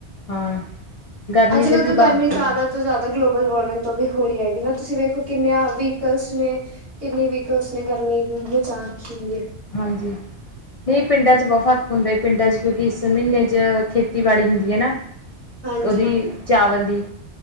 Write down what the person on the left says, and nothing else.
ਹਾਂ ਗਰਮੀ
'ਚ ਵੀ
ਬ
ਹਾਂਜੀ, ਨਈਂ ਪਿੰਡਾਂ ਚ ਬਹੁਤ ਹੁੰਦੇ ਪਿੰਡਾਂ ਚ ਕਿਉਂਕਿ ਇਸ ਮਹੀਨੇ ਚ ਖੇਤੀ ਖੇਤੀਬਾੜੀ ਹੁੰਦੀ ਐ ਨਾ
ਉਹਦੀ ਚਾਵਲ ਦੀ